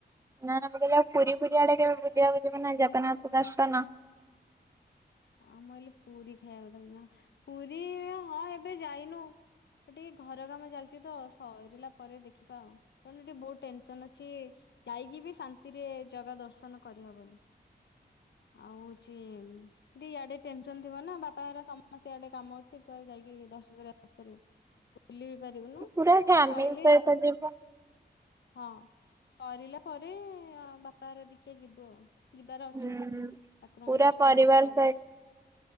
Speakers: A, on the right (about 15°); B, on the left (about 85°).
A: ନା ନା ମୁଁ କହିଲି ଆ ପୁରୀ ପୁରୀଆ ଆଡେ କେବେ ବୁଲିବାକୁ ଯିବୁ ନା ଜଗନ୍ନାଥ ଦର୍ଶନ?
B: ଆଉ ମୁଁ ଭାବିଲି ପୁରୀ ଖାଇବାକୁ ଥାବ ପୁରୀ ହଁ ଏବେ ଯାଇନୁ? ଟିକେ ଘର କାମ ଚାଲିଛି ତ ସରିଲା ପରେ ଦେଖିବା ଆଉ ଏବେ ଟିକେ ବହୁତ ଟେନସନ ଅଛି। ଯାଇକି ବି ଶାନ୍ତିରେ ଜଗା ଦର୍ଶନ କରିହବନି। ଆଉ ହଉଛି। ଟିକେ ଇଆଡେ ଟେନସନ ଥିବ ନା ବାପା ସମସ୍ତେ ଇଆଡେ କାମ ଅଛି ତୁ ଯାଇକି ଦର୍ଶନ କରିଆସି ପାରି ବୁ। ବୁଲି ବି ପାରିବୁନୁ
A: ପୁରା ଫ୍ୟାମିଲି
B: ଶଇଲେ।
A: ସହିତ ଯିବୁ
B: ହଁ ସରିଲା ପରେ ବାପା ହାରିକକା ଦେଖିଆ ଯିବୁ ଆଉ ଯିବାର
A: ହୁଁ
B: ଅଛି ଠାକୁରଙ୍କୁ
A: ପୁରା
B: ଦର୍ଶନ
A: ପରିବାର
B: କରି। ଅ
A: ସହିତ
B: ଆଁ